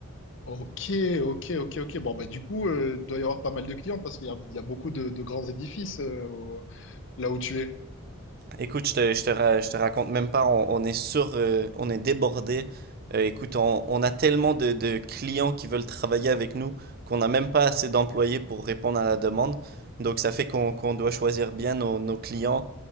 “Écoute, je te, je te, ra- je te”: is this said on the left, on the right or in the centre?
Right